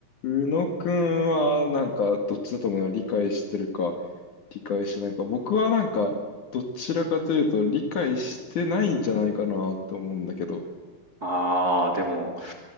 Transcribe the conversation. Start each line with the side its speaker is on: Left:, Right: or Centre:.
Left: 宇野くんは、なんか、どっちだと思うな。理解してるか、理解してないか。僕はなんか、どちらかというと、理解してないんじゃないかなって思うんだけど。
Right: ああ、でも、